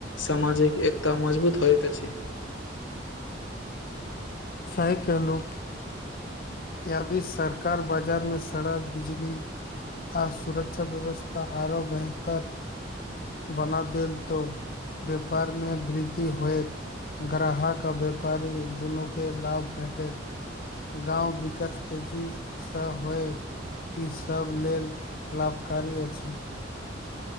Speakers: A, on the left (about 85°); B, on the left (about 50°).
A: सामाजिक एकता मजबूत होइत अछि
B: सही कहलो यदि सरकार बाजार मे सड़क बिजली आ सुरक्षा व्यवस्था आओरो बेहतर बना देल तऽ व्यापार मे वृद्धि होयत ग्राहक आ व्यापारी दुनू के लाभ भेंटेत गाँव बी विकास तऽ जीब से होइत ई सभ लेल लाभकारी अछि